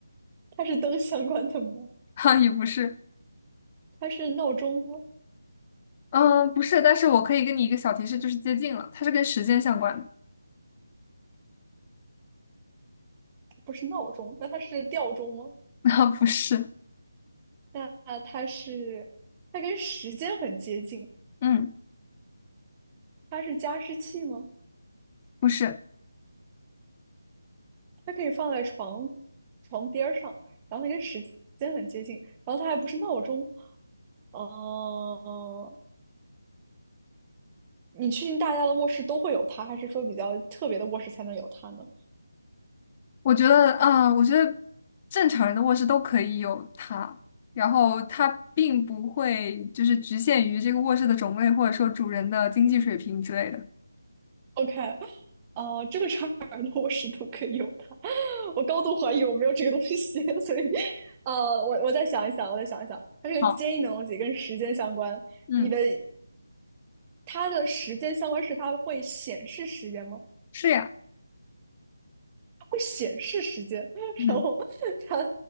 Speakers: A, on the right; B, on the left.
A: <laughs> 它是灯相关的吗？
B: <laughs> 哈，也不是，
A: 它是闹钟吗？
B: 嗯，不是。但是我可以给你一个小提示，就是接近了，它是跟时间相关的。
A: 不是闹钟，那它是吊钟吗？
B: <laughs> 啊，不是，
A: 那它是，它跟时间很接近，
B: 嗯，
A: 它是加湿器吗？
B: 不是。
A: 它可以放在床床边儿上，然后它跟时间很接近，然后它还不是闹钟，哦，你确定大家的卧室都会有它，还是说比较特别的卧室才能有它呢
B: 我觉得，啊，我觉得正常人的卧室都可以有它，然后它并不会就是局限于这个卧室的种类，或者说主人的经济水平之类的。
A: ？OK，呃，这个场儿的卧室都可以有它，<laughs> 我高度怀疑我没有这个东西，<laughs> 所以，呃，我我再想一想，我再想一想，它是个坚硬的东西跟时间相关，
B: 好，嗯，
A: 你的它的时间相关是它会显示时间吗？
B: 是呀。
A: 会显示时间，<laughs>
B: 嗯。
A: 然后它